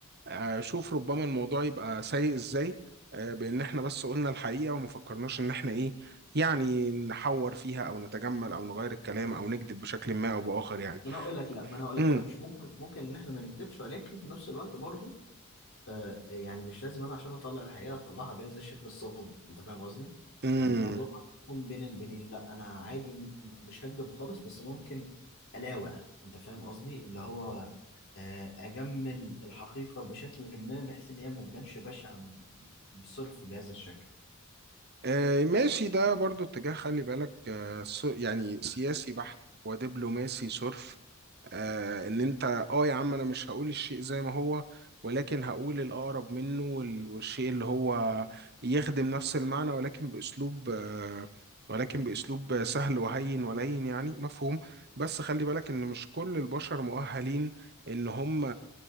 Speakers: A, on the right; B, on the left.
A: آه، شوف ربما الموضوع يبقى سيء ازاي آه، بان احنا بس قلنا الحقيقه وما فكرناش ان احنا ايه يعني نحور فيها او نتجمل او نغير الكلام او نكذب بشكل ما او باخر يعني
B: ما أنا هقول لك لأ ما أنا هقول لك
A: امم
B: إحنا مش ممكن ممكن إن إحنا ما نكذبش ولكن في نفس الوقت برضه آه، يعني مش لازم انا عشان اطلع الحقيقه اطلعها بيها زي الشكل الصادم انت فاهم قصدي
A: امم
B: يعني الموضوع برضه يكون بين البنين لا انا عادي م- مش هكدب خالص بس ممكن الاوع انت فاهم قصدي اللي هو آه، اجمل الحقيقه بشكل ما بحيث ان هي ما تبانش بشعه بصرف بهذا الشكل
A: آه، ماشي ده برضو اتجاه خلي بالك آه، س- يعني سياسي بحت ودبلوماسي صرف آه ان انت اه يا عم انا مش هقول الشيء زي ما هو ولكن هقول الاقرب منه وال- والشيء اللي هو يخدم نفس المعنى ولكن باسلوب آه ولكن باسلوب سهل وهين ولين يعني مفهوم بس خلي بالك ان مش كل البشر مؤهلين ان هم